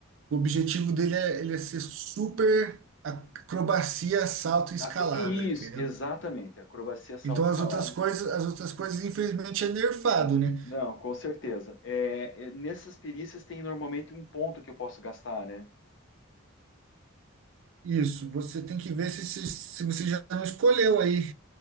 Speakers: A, on the right; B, on the left.
A: o objetivo dele é, ele é ser super acrobacia, salto e escalada,
B: Acro- Isso,
A: entendeu?
B: exatamente. Acrobacia, salto,
A: Então
B: escalada.
A: as outras coisas, as outras coisas, infelizmente, é nerfado, né?
B: Não, com certeza. É, é, nessas perícias tem normalmente um ponto que eu posso gastar, né?
A: Isso, você tem que ver se, se, se você já não escolheu aí.